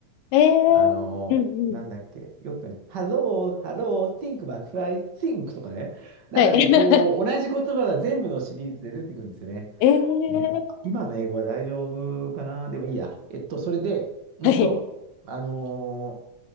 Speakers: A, on the left; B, on the right.
A: えー、
B: あのーなんだっけ、
A: うんうん。
B: よくね、Hello, Hello, Think McFly, Think とかね、なんかね、
A: はい。
B: こう、同じ言葉が全部のシリーズで出てくるんですよね。
A: ええ
B: ね、今の英語は大丈夫かなでもいいや。えっと、それで、うんと、
A: はい。
B: あのー